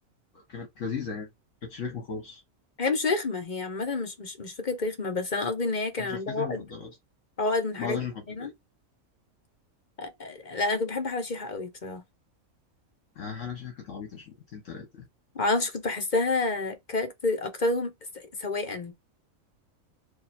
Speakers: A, on the left; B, on the left.
A: وكانت لذيذة يعني كانت رخمة خالص
B: هي مش رخمة هي عامة مش مش مش فكرة رخمة بس أنا قصدي إن هي كان
A: هي شخصيتي
B: عندها عقد
A: المفضلة أصلا
B: عقد من حاجات
A: بعد أشرف عبد
B: معينة
A: الباقي
B: أ- أ- لا أنا كنت بحب أحلى شيحة قوي بصراحة
A: آه، حالة شيحة كانت عبيطة شويتين تلاتة
B: معرفش كنت بحسها كاركتر أكترهم س- سواء